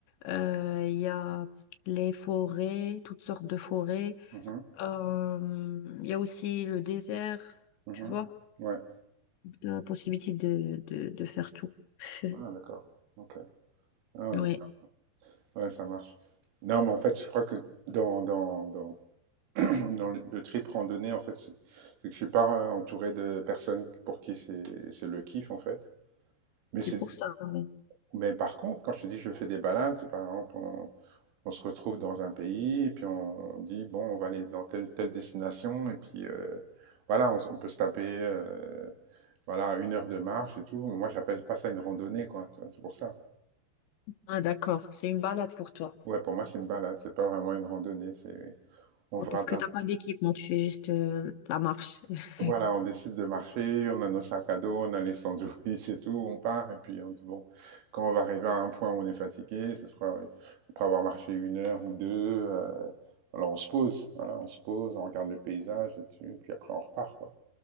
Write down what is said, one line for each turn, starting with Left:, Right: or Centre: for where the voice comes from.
Left: euh, il y a les forêts, toutes sortes de forêts.
Right: Mhm.
Left: Euh, Il y a aussi le désert,
Right: Mhm.
Left: tu vois,
Right: Ouais.
Left: la possibilité de, de, de faire tout. <laughs>
Right: Ah, d'accord. Ok. Ah,
Left: Oui,
Right: donc Ouais, ça marche. Non, mais en fait, je crois que dans, dans, dans, <clears throat> dans le, le trip randonnée, en fait, c'est c'est que je suis pas euh, entouré de personnes pour qui c'est c'est le kiff, en fait. Mais, c'est,
Left: c'est pour ça. oui.
Right: mais par contre, quand je te dis je fais des balades, c'est par exemple, on, on se retrouve dans un pays, et puis on, on dit, bon, on va aller dans telle, telle destination, et puis euh, voilà, on, s- on peut se taper euh, voilà, une heure de marche et tout. Moi, j'appelle pas ça une randonnée, quoi, tu vois, c'est pour ça.
Left: Ah, d'accord, c'est une balade pour toi.
Right: Ouais, pour moi, c'est une balade, c'est pas vraiment une randonnée, c'est on
Left: Ouais,
Right: va
Left: Parce que t'as pas d'équipement, tu fais juste euh, la marche. <laughs>
Right: Voilà, on décide de marcher, on a nos sacs à dos, on a les sandwichs et tout, on part, et puis on dit, bon, quand on va arriver à un point où on est fatigué, ce sera oui, après avoir marché une heure ou deux, euh, alors on se pose, voilà, on se pose, on regarde le paysage et tout, et puis après on repart, quoi.